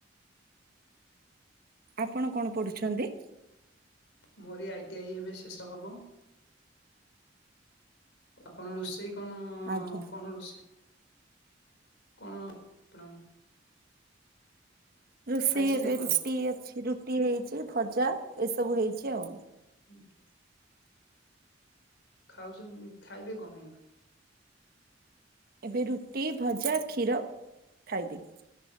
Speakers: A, on the right; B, on the left.
A: ଆପଣ କଣ ପଢୁଛନ୍ତି?
B: ମୋରି ଆଇ ଟି ଆଇ ଏବେ ଶେଷ ହବ। ଆପଣ ରୋଷେଇ କଣ,
A: ଆଜ୍ଞା।
B: କଣ ରୋଷେଇ? କଣ ଆପଣଙ୍କର?
A: ରୋଷେଇ
B: ଖାଇଛନ୍ତି
A: ଏବେ
B: କଣ?
A: ରୁଟି ଅଛି, ରୁଟି ହେଇଛି ଭଜା ଏସବୁ ହେଇଛି ଆଉ।
B: <unintelligible> ଖାଉଛନ୍ତି, ଖାଇବେ କଣ ଏଇନା?
A: ଏବେ ରୁଟି, ଭଜା, କ୍ଷୀର ଖାଇବି।